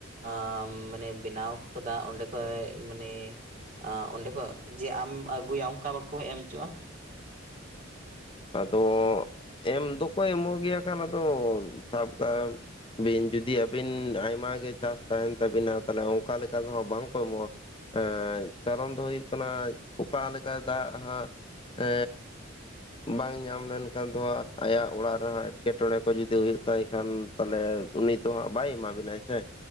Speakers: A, on the right; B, on the left.
A: ᱟ ᱢᱟᱱᱮ ᱵᱮᱱᱟᱣ ᱠᱚᱫᱟ ᱚᱸᱰᱮ ᱠᱷᱚᱡ ᱢᱟᱱᱮ ᱟᱸ ᱚᱸᱰᱮ ᱠᱷᱚᱡ ᱡᱮ ᱟᱢ ᱟᱹᱜᱩᱭᱟ ᱚᱱᱠᱟ ᱵᱟᱠᱚ ᱮᱢ ᱪᱩᱜᱼᱟ?
B: ᱟᱫᱚ ᱮᱢ ᱫᱚᱠᱚ ᱮᱢᱚᱜᱮᱭᱟ ᱟᱠᱷᱟᱱ ᱟᱫᱚ ᱥᱟᱵ ᱠᱟᱜ ᱵᱤᱱ ᱡᱩᱫᱤ ᱟᱹᱵᱤᱱ ᱟᱭᱢᱟ ᱜᱮ ᱪᱟᱥ ᱛᱟᱦᱮᱱ ᱛᱟᱵᱤᱱᱟ ᱛᱟᱦᱚᱞᱮ ᱚᱱᱠᱟ ᱞᱮᱠᱟ ᱫᱚᱦᱟᱸ ᱵᱟᱝᱠᱚ ᱮᱢᱚᱜᱼᱟ᱾ ᱮᱸ ᱠᱟᱨᱚᱱ ᱫᱚ ᱦᱩᱭᱩᱜ ᱠᱟᱱᱟ ᱚᱠᱟ ᱞᱮᱠᱟ ᱫᱟᱜ ᱦᱟᱸᱜ ᱮ ᱵᱟᱝ ᱧᱟᱢ ᱞᱮᱱᱠᱷᱟᱱ ᱫᱚ ᱦᱟᱸᱜ ᱟᱭᱟᱜ ᱚᱲᱟᱜ ᱨᱮᱦᱚᱸ ᱮᱴᱠᱮᱴᱚᱬᱮ ᱠᱚ ᱡᱩᱫᱤ ᱦᱩᱭᱩᱜ ᱛᱟᱭ ᱠᱷᱟᱱ᱾ ᱛᱟᱦᱚᱞᱮ ᱩᱱᱤ ᱛᱚ ᱦᱟᱸᱜ ᱵᱟᱭ ᱮᱢᱟ ᱵᱤᱱᱟᱭ ᱥᱮ᱾